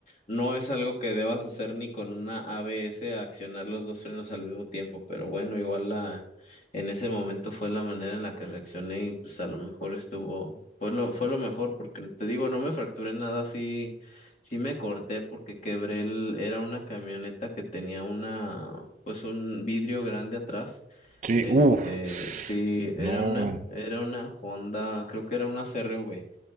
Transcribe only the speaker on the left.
no es algo que debas hacer ni con una ABS, accionar los dos frenos al mismo tiempo. Pero bueno, igual la, en ese momento fue la manera en la que reaccioné y pues a lo mejor estuvo, fue lo, fue lo mejor, porque te digo, no me fracturé nada, sí, sí me corté porque quebré el, era una camioneta que tenía una, pues un vidrio grande atrás
este,
sí, era
una, era una Honda, creo que era una CRV,